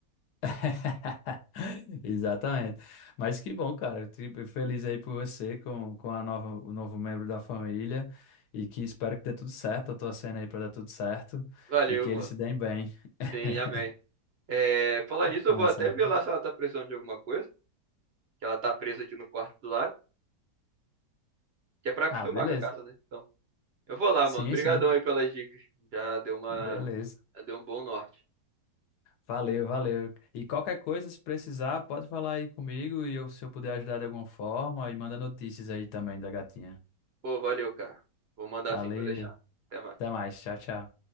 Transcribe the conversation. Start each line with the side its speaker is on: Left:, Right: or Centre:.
Left: <laughs> Exatamente. Mas que bom, cara. Eu fico Feliz aí por você com, com a nova, o novo membro da família e que espero que dê tudo certo. Eu tô torcendo aí para dar tudo certo
Right: Valeu,
Left: e que
Right: mano.
Left: eles se deem bem. <laughs>
Right: Sim, amém. É, falar nisso,
Left: Massa.
Right: eu vou até ver lá se ela tá precisando de alguma coisa, que ela tá presa aqui no quarto do lado. Que é pra acostumar
Left: Ah, beleza.
Right: com a casa, né? Então, eu vou lá,
Left: Sim,
Right: mano. Obrigadão
Left: sim.
Right: aí pelas dicas. Já deu uma,
Left: Beleza.
Right: já deu um bom norte.
Left: Valeu, valeu. E qualquer coisa, se precisar, pode falar aí comigo e eu, se eu puder ajudar de alguma forma, e manda notícias aí também da gatinha.
Right: Pô, valeu, cara. Vou mandar
Left: Valeu.
Right: assim pra deixar. Até mais.
Left: Até mais. Tchau, tchau.